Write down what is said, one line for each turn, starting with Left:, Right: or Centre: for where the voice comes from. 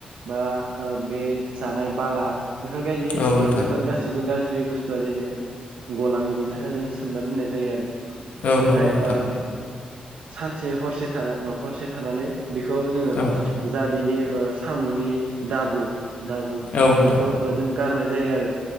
Right: बा ओ बे जानाय बाला बेफोर गाज्रि
Left: औ नोंथां
Right: ओ बेफोर गासिबो गा ज्रि बुस्थुआ जेरै गलाङो बेनि थाखाय जों सोमना दोननाय जायो आरो।
Left: औ
Right: बेनिफ्राय
Left: नंगौ नोंथां।
Right: ओ सानसे हरसे थानो अ हरसे थानानै बेखौ जोङो
Left: औ
Right: जा बिनि ओ सामुनि दाबु दाबु
Left: औ नोंथां
Right: बेखौ ओ जों गारनाय जायो आरो